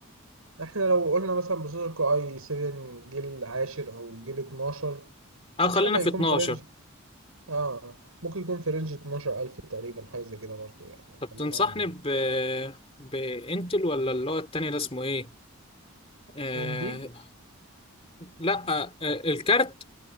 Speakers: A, on the right; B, on the left.
A: احنا لو قلنا مثلا بروسيسور كو اي 7 جيل عاشر او جيل 12 مش
B: او خلينا
A: عارف هيكون
B: في 12
A: في رينج اه ممكن يكون في رينج 12000 تقريبا حاجة زي كده برضه يعني
B: طب
A: خلينا
B: تنصحني ب بانتل ولا اللي هو التاني ده اسمه ايه آه...
A: اي ام دي
B: لا آه... الكارت